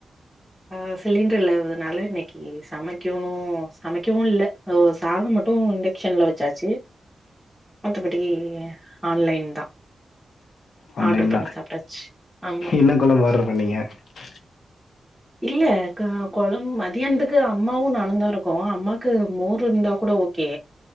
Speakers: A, in the centre; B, on the left.
A: ஆ சிலிண்டர் இல்லாதுனால ஏ சமக்கணு சமைக்கவு இல்ல சாதம் மட்டு இண்டெக்சன்ல வச்சாச்சு மற்றபடி ஆன்லைன் தா
B: ஆன்லைன்
A: ஆர்டர் பண்ணி
B: தா
A: சாப்ட்டாச்சு ஆமா
B: என்ன குழம்பு ஆர்டர் பண்ணீங்க <unintelligible>
A: இல்ல குழம்பு மதியானத்துக்கு அம்மாவு நானுந்தா இருக்கோ அம்மாக்கு மோர் இருந்தா கூட ஓகே